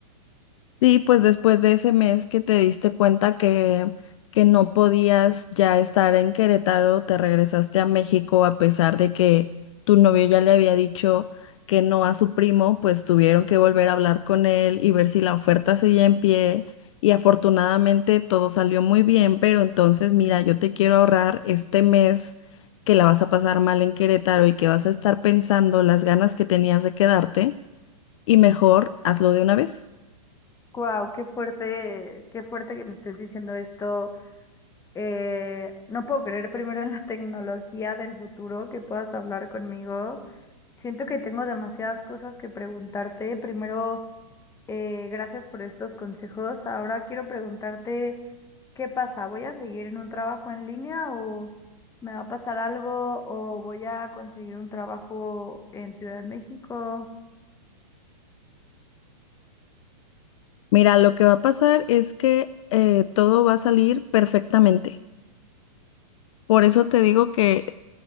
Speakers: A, on the left; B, on the left.
A: Sí, pues después de ese mes que te diste cuenta que, que no podías ya estar en Querétaro, te regresaste a México a pesar de que tu novio ya le había dicho que no a su primo, pues tuvieron que volver a hablar con él y ver si la oferta seguía en pie. Y afortunadamente todo salió muy bien, pero entonces mira, yo te quiero ahorrar este mes que la vas a pasar mal en Querétaro y que vas a estar pensando las ganas que tenías de quedarte y mejor hazlo de una vez.
B: Wow, qué fuerte, qué fuerte que me estés diciendo esto. Eh, no puedo creer primero en la <laughs> tecnología del futuro que puedas hablar conmigo. Siento que tengo demasiadas cosas que preguntarte. Primero, eh, gracias por estos consejos. Ahora quiero preguntarte. ¿Qué pasa? ¿Voy a seguir en un trabajo en línea o me va a pasar algo o voy a conseguir un trabajo en Ciudad de México?
A: Mira, lo que va a pasar es que eh, todo va a salir perfectamente. Por eso te digo que